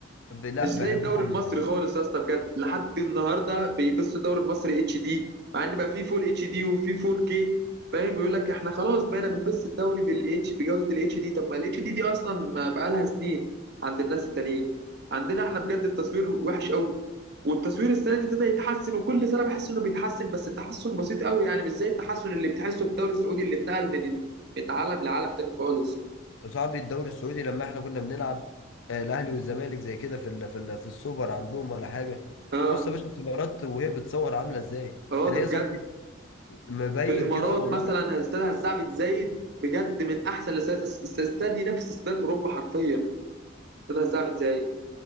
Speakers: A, on the left; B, on the right.
A: ب- لا
B: مش زي
A: بحبهم
B: الدوري المصري
A: يعني
B: خالص يا اسطى بجد لحد النهارده بيبصوا الدوري المصري اتش دي مع ان بقى فيه فول اتش دي وفيه 4 كي فاهم يقول لك احنا خلاص بقينا بنبص الدوري بالاتش بجوده الاتش دي طب ما الاتش دي دي اصلا ما بقى لها سنين عند الناس التانيين عندنا احنا بجد التصوير وحش قوي والتصوير السنه دي ابتدى يتحسن وكل سنه بحس انه بيتحسن بس التحسن بسيط قوي يعني مش زي التحسن اللي بتحسه في الدوري السعودي اللي اتنقل من من عالم لعالم تاني خالص
A: صاحبي الدوري السعودي لما احنا كنا بنلعب آه، الاهلي والزمالك زي كده في ال في ال في السوبر عندهم ولا حاجه
B: اه
A: بص يا باشا الكاميرات وهي بتصور عامله ازاي
B: اه
A: تلاقي
B: ده بجد
A: يا صاحبي مبين
B: في الامارات
A: كده والله
B: مثلا
A: لا
B: استاد هزاع بن زايد بجد من احسن الاستاد استاد ينافس استاد اوروبا حرفيا استاد هزاع بن زايد